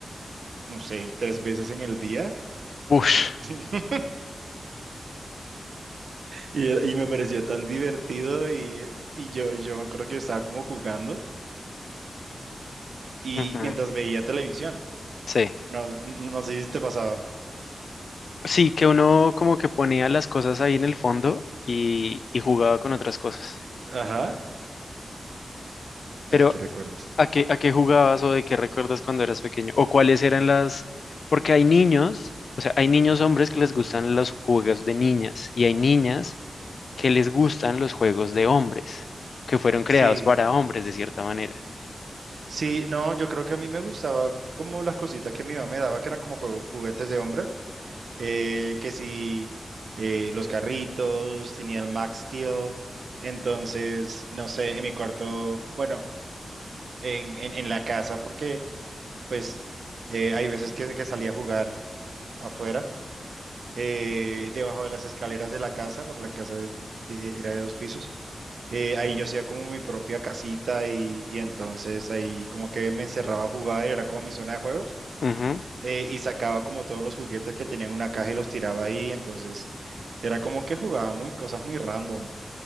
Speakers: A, on the right; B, on the left.
A: no sé, tres veces en el día
B: Ush,
A: <laughs> y, era- y me parecía tan divertido y, y yo, yo me acuerdo que yo estaba como jugando y
B: ujú,
A: mientras veía televisión,
B: sí.
A: no, no, no sé si te pasaba.
B: Sí, que uno como que ponía las cosas ahí en el fondo y, y jugaba con otras cosas.
A: Ajá, ay,
B: Pero
A: qué recuerdos.
B: ¿A qué, a qué jugabas o de qué recuerdas cuando eras pequeño? ¿O cuáles eran las...? Porque hay niños, o sea, hay niños hombres que les gustan los juegos de niñas y hay niñas que les gustan los juegos de hombres, que fueron creados
A: Sí,
B: para hombres de cierta manera.
A: sí, no, yo creo que a mí me gustaba como las cositas que mi mamá me daba, que eran como juego- juguetes de hombre. eh, que si eh, los carritos, tenía el Max Steel. Entonces, no sé, en mi cuarto, bueno, en, en, en la casa, porque pues eh, hay veces que, que salía a jugar afuera, eh, debajo de las escaleras de la casa, porque la casa es- eh, eh, era de dos pisos. Eh, ahí yo hacía como mi propia casita y, y entonces ahí como que me encerraba a jugar, era como mi zona de juegos.
B: Ujú.
A: eh, y sacaba como todos los juguetes que tenían una caja y los tiraba ahí, entonces era como que jugaba muy cosas muy random.